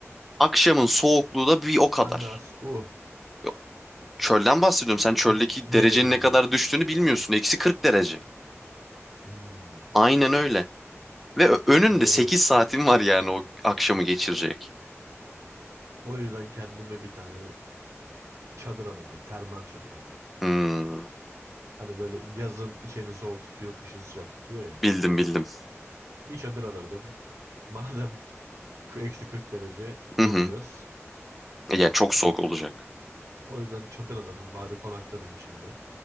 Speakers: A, in the centre; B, on the right.
A: akşamın soğukluğu da bir o kadar.
B: Anas uh
A: Yok, çölden bahsediyorum. Sen çöldeki
B: tam negatifi
A: derecenin ne kadar
B: diyorsun.
A: düştüğünü bilmiyorsun. Eksi 40 derece.
B: Hmm,
A: Aynen öyle. Ve ö- önünde
B: moruk.
A: 8 saatin var yani o akşamı geçirecek.
B: O yüzden kendime bir tane çadır alırdım. Termal çadır ama.
A: Hmm,
B: Hani böyle yazın içeni soğuk tutuyor, kışın sıcak tutuyor ya.
A: bildim bildim.
B: Bir çadır alırdım. Madem k- eksi 40 derece
A: Hı
B: donacağız.
A: hı. E, Yani çok soğuk olacak.
B: O yüzden çadır alırdım bari konaklarım içinde.